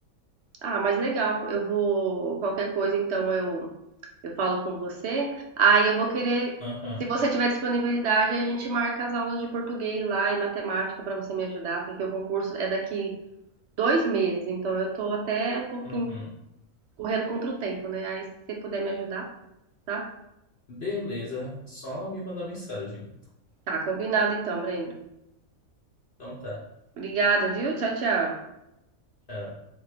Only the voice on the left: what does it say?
Aham.
uhum.
Beleza. Só me mandar mensagem.
Então tá.
Tchau.